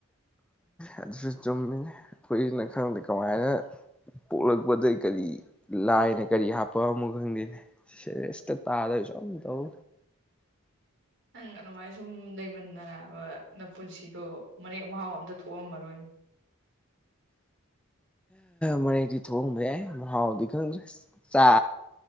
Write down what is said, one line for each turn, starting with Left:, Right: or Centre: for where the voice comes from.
Centre: ꯑꯗꯨꯁꯨ ꯆꯨꯝꯃꯤꯅꯦ ꯑꯩꯈꯨꯏꯅ ꯈꯪꯗꯦ ꯀꯃꯥꯏꯅ ꯄꯣꯛꯂꯛꯄꯗ ꯀꯔꯤ ꯂꯥꯏꯅ ꯀꯔꯤ ꯍꯥꯞꯄ ꯑꯃ ꯈꯪꯗꯦꯅꯦ ꯁꯤꯦꯁ ꯇ ꯇꯥꯔ ꯆꯝꯗꯧ
Right: ꯅꯪ ꯑꯗꯨꯃꯥꯏꯅ ꯁꯨꯝ ꯂꯩꯃꯤꯟꯅꯔꯕ ꯅꯪ ꯄꯨꯟꯁꯤꯗꯣ ꯃꯔꯦꯛ ꯃꯍꯥꯎ ꯑꯝꯇ ꯊꯣꯛꯑꯝꯃꯔꯣꯏꯅꯦ
Centre: ꯃꯅꯤꯒꯤ ꯊ ꯍ ꯃ ꯃꯑꯣ ꯀꯒ꯭ꯔꯦꯁ ꯆ